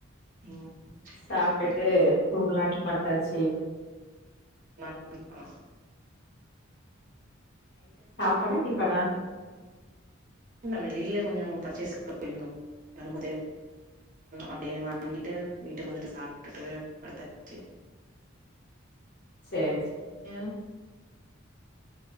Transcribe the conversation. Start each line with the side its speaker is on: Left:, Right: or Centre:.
Right: ம் சேரி
Left: சாப்பிட்டுட்டு
Right: சேரி
Left: துங்கலாட்டு படத்தாச்சு
Right: <unintelligible>
Left: பட கீக்கடா
Right: வெளியில கொஞ்ச பர்ச்சேஸ்க்கு போயிருந்தோ வரும்போ தே அப்படியே வாங்கிட்டு வீட்டுக்கு வந்துட்டு சாப்பிட்டுட்டு படுத்தாச்சு
Left: சரி
Right: <unintelligible>